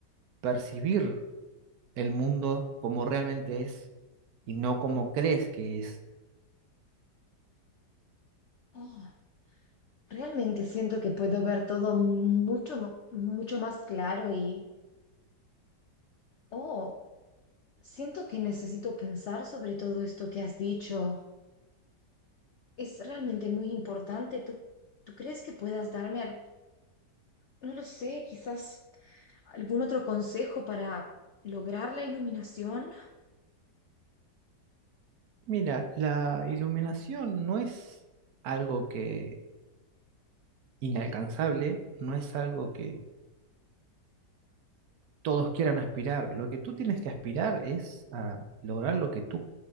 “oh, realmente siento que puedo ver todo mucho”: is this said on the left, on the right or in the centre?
Left